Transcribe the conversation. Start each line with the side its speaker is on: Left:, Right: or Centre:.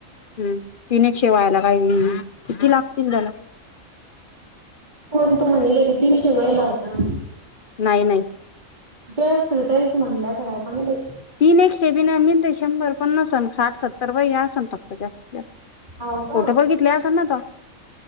Left: हम तीन एकशे वयला काही किती लागतील त्याला
Right: कोण तू म्हणल की तीनशे महिला होत्या म्ह
Left: नाही नाही
Right: जवस कैस म्हणले त काय कली
Left: तीन एकशे बिना मिते शंभर पन्नास साठ सत्तर व असन फक्त जास्तीत जास्त
Right: हाव का?
Left: फोटो बघितले अस नाता